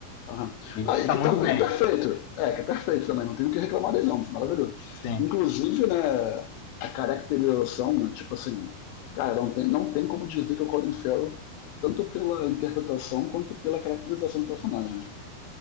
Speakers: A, on the left; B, on the left.
A: Aham.
B: E
A: Ah,
B: ele
A: e
B: tá
A: que
B: muito
A: também
B: bem.
A: é perfeito. É, que é perfeito também, não tenho o que reclamar dele, não. Maravilhoso.
B: Sim,
A: Inclusive, né, a caracterização, né, tipo assim, cara, não tem, não tem como dizer que é o Colin Farrell, tanto pela interpretação quanto pela caracterização do personagem. Né?